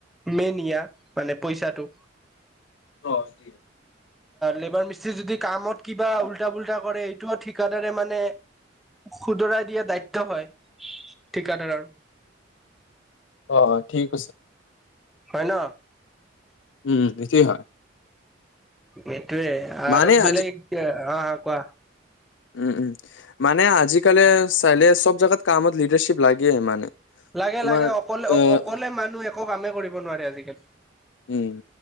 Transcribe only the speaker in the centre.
মেনিয়া, মানে পইচাটো।
লেবাৰ মিস্ত্ৰীৰ যদি কামত কিবা উল্টা পুল্টা কৰে, এইটোও ঠিকাদাৰে মানে শুদ্ধৰাই দিয়া দায়িত্ব হয়, ঠিকাদাৰৰ।
হয় ন।
এইটোৱেই আৰু
বেলেগ,
অ', অ', কোৱা।
লাগে
লাগে, অকলে,
অকলে মানুহ একো কামেই কৰিব নোৱাৰে আজিকালি।